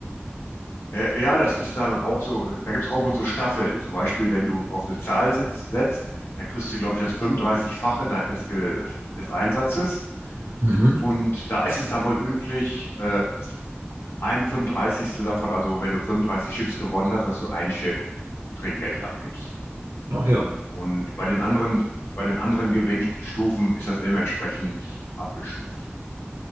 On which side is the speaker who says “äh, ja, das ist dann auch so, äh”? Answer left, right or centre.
Left